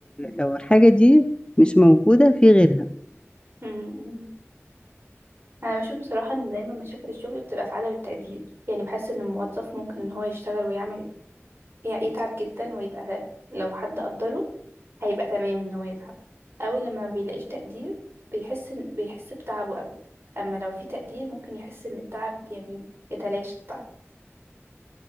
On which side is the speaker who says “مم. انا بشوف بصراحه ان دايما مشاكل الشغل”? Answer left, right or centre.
Right